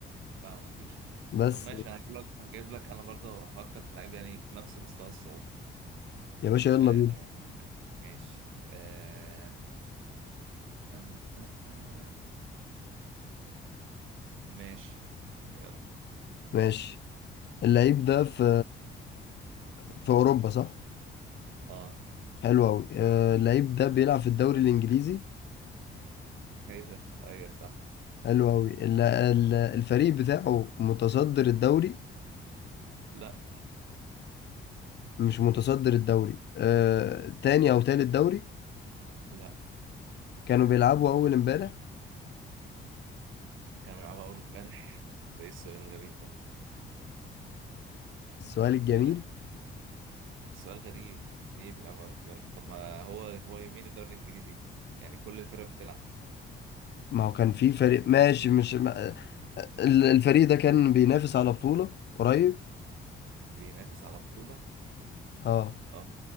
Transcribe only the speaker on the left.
بس
يا باشا يلا
بينا
ماشي اللعيب ده في في اوروبا صح
حلو قوي اللعيب ده بيلعب في الدوري الانجليزي
حلو قوي الفريق بتاعه متصدر الدوري
مش متصدر الدوري آه، تاني او تالت دوري
كانوا بيلعبوا اول امبارح
السؤال
الجميل
ما هو كان في فريق ماشي مش ما... ال- الفريق ده كان بينافس على بطولة قريب
اه